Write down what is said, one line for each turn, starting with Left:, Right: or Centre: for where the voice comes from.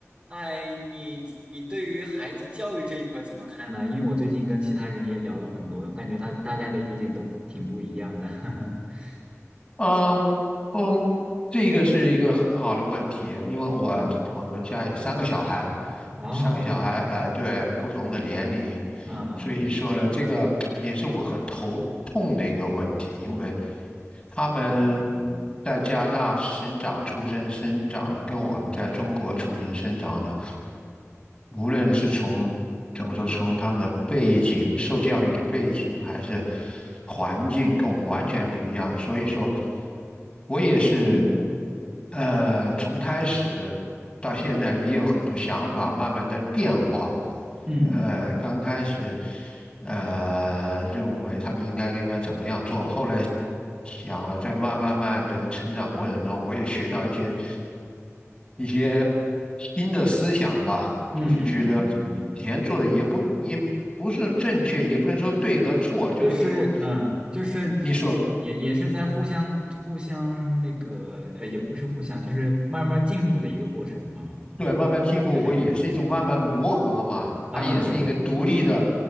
Right: 哎，你你对于孩子教育这一块儿怎么看呢？因为我最近跟其他人也聊了很多，我感觉他大家的意见都挺不一样的。<laughs>
Left: 嗯嗯，这个是一个很好的问题，因为我我们家有三个小孩，
Right: 嗯，哦，
Left: 三个小孩，呃，对，不同的年龄，
Right: 嗯嗯嗯
Left: 所以说呢，这个也是我很头痛的一个问题，因为。他们
Right: 嗯嗯
Left: 在加拿大生长、出生、生长的，跟我们在中国出生、生长的，无论是从怎么说，从他们的背景、受教育的背景，还是环境，跟我们完全不一样。所以说，我也是，
Right: 嗯嗯
Left: 呃，从开始到现在，也有很多想法慢慢在变化。
Right: 嗯嗯嗯
Left: 呃，刚开始。呃，认为他们应该应该怎么样做。后来想了，在慢慢慢的成长过程中，我也学到一些一些新的思想吧，
Right: 嗯嗯，
Left: 就是觉得
Right: 嗯嗯
Left: 以前做的也不也不是正确，也不能说对和错，就是说，
Right: 就是嗯，就是
Left: 你说。
Right: 也也是在互相互相那个，呃，也不是互相，就是慢慢进步的一个过程嘛。嗯，
Left: 对，慢慢进步会也是一种慢慢磨合嘛，
Right: 对对对对对，啊，
Left: 他也是一个独立的
Right: 对对对